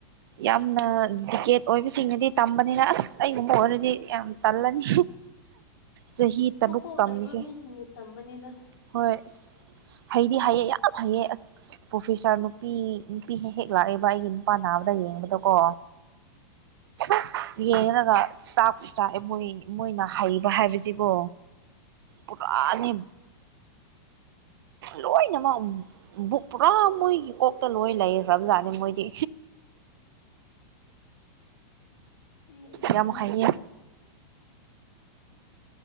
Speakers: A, on the right; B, on the left.
A: ꯌꯥꯝꯅ ꯗꯤꯀꯦꯠ ꯑꯣꯏꯕꯁꯤꯡꯅꯗꯤ ꯇꯝꯕꯅꯤꯅ ꯑꯁ ꯑꯩꯒꯨꯝꯕ ꯑꯣꯏꯔꯗꯤ ꯌꯥꯝ ꯇꯜꯂꯅꯤ ꯆꯍꯤ ꯇꯔꯨꯛ
B: ꯃꯀꯣꯛ
A: ꯇꯝꯃꯤꯁꯦ
B: ꯂꯩꯕ ꯃꯤꯁꯤꯡꯅ ꯇꯝꯕꯅꯤꯗ
A: ꯍꯣꯏ ꯑꯁ ꯍꯩꯗꯤ ꯍꯩꯌꯦ ꯌꯥꯝ ꯍꯩꯌꯦ ꯑꯁ ꯄ꯭ꯔꯣꯐꯦꯁꯥꯔ ꯅꯨꯄꯤ ꯅꯨꯄꯤ ꯍꯦꯛ ꯍꯦꯛ ꯂꯥꯛꯑꯦꯕ ꯑꯩꯒꯤ ꯅꯨꯄꯥ ꯅꯥꯕꯗ ꯌꯦꯡꯕꯗꯀꯣ ꯎꯁ ꯌꯦꯡꯉꯒ ꯆꯥꯛ ꯆꯛꯑꯦ ꯃꯣꯏ ꯃꯣꯏꯅ ꯍꯩꯕ ꯍꯥꯏꯕꯖꯤꯕꯣ ꯄꯨꯔꯥꯅꯤ ꯂꯣꯏꯅꯃꯛ ꯕꯨꯛ ꯄꯨꯔꯥ ꯃꯣꯏꯒꯤ ꯀꯣꯛꯇ ꯂꯣꯏ ꯂꯩꯈꯔ꯭ꯕꯖꯥꯠꯅꯤ ꯃꯣꯏꯗꯤ
B: ꯅꯣꯛꯅꯤꯡꯉꯦ
A: ꯌꯥꯝ ꯍꯩꯌꯦ
B: ꯅꯥ